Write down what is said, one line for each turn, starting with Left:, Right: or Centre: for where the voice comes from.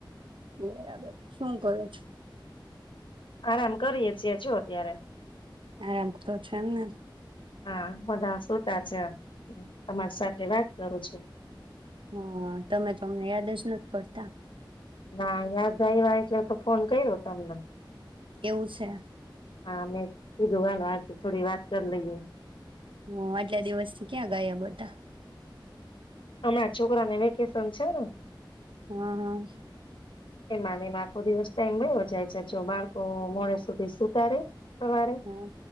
Right: બરાબર. શું કરો છો?
Left: આરામ કરીએે છીએ જો અત્યારે.
Right: આમ તો છે એમને.
Left: હા બધા સુુંતા છે. હું તમારી સાથે વાત કરું છું.
Right: હા, તમે તો અમને યાદ જ નથી પડતા.
Left: ના યાદ આયવા એટલે તો ફોન કર્યો તમને.
Right: એવું છે.
Left: હા મેં કીધું ગાનું આથી થોડી વાત કરી લઈએ.
Right: હા, આટલા દિવસ થી ક્યાં ગાયબ હતા?
Left: હમણાં છોકરાને વેકેશન છે ને
Right: હા હા.
Left: એમાંને આખો દિવસ ટાઈમ ગયો જાય છે જો બાળકો મોડ સુધી સુતારે. સવારે
Right: હા